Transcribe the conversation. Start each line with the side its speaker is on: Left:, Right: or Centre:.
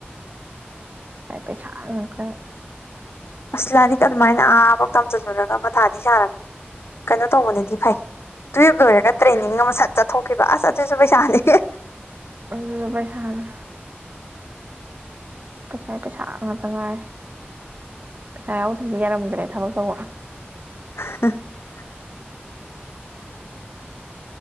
Right: ꯄꯁꯥꯏ ꯄꯩꯁꯥ ꯉꯥꯛꯇꯪ
Left: ꯑꯁ ꯂꯥꯏꯔꯤꯛ ꯑꯗꯨꯃꯥꯏꯅ ꯑꯥꯕꯧ ꯇꯝꯁꯤꯜꯂꯨꯔꯒ ꯃꯊꯥꯗꯤ ꯁꯥꯔꯝꯅꯤ ꯀꯩꯅꯣ ꯇꯧꯕꯅꯗꯤ ꯐꯩ ꯇꯨꯌꯦꯞ ꯂꯣꯏꯔꯒ ꯇ꯭ꯔꯦꯅꯤꯡ ꯑꯃ ꯁꯠ ꯆꯠꯊꯣꯛꯈꯤꯕ ꯑꯁ ꯑꯗꯨꯁꯨ ꯄꯩꯁꯥꯅꯤꯅꯦ
Right: ꯑꯗꯨꯖꯨ ꯄꯩꯁꯥꯅꯦ ꯄꯩꯁꯥ ꯄꯩꯁꯥ ꯉꯥꯛꯇ ꯉꯥꯏꯔꯦ ꯄꯩꯁꯥ ꯌꯥꯎꯗ꯭ꯔꯗꯤ ꯌꯥꯔꯝꯗ꯭ꯔꯦ ꯊꯕꯛ ꯇꯧꯕ
Left: <unintelligible>